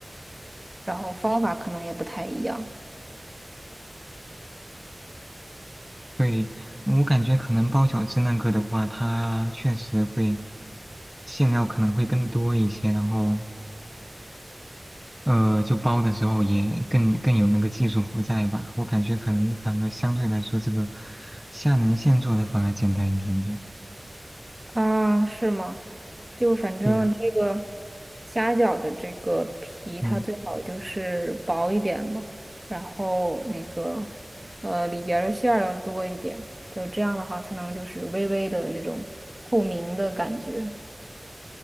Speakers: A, on the right (about 20°); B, in the centre.
A: 然后方法可能也不太一样。
B: 对，我感觉可能包饺子那个的话，它确实会馅料可能会更多一些，然后呃，就包的时候也更更有那个技术活在吧。我感觉可能反而相对来说，这个虾仁馅做的反而简单一点点。
A: 啊，是吗？就反正这个
B: 对呀，
A: 虾饺的这个皮，
B: 嗯。
A: 它最好就是薄一点嘛，然后那个呃里边儿的馅儿要多一点，就这样的话才能就是微微的那种透明的感觉。